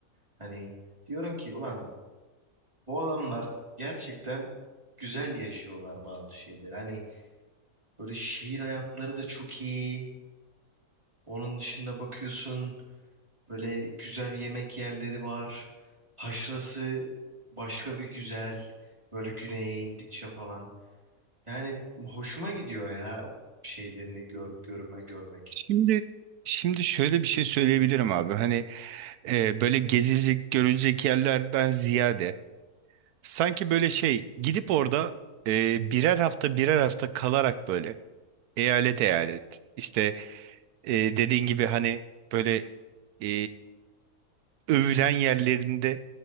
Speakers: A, on the right; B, on the right.
A: Hani diyorum ki ulan bu adamlar gerçekten güzel yaşıyorlar bazı şeyleri. Hani böyle şehir hayatları da çok iyi. Onun dışında bakıyorsun Böyle güzel yemek yerleri var. Taşrası başka bir güzel. Böyle güneye indikçe falan. Yani hoşuma gidiyor ya şeylerini görüp görme görmek.
B: Şimdi şimdi şöyle bir şey söyleyebilirim abi. Hani e, böyle gezilecek, görülecek yerlerden ziyade sanki böyle şey gidip orada e, birer hafta birer hafta kalarak böyle eyalet eyalet işte e, dediğin gibi hani böyle e, övülen yerlerinde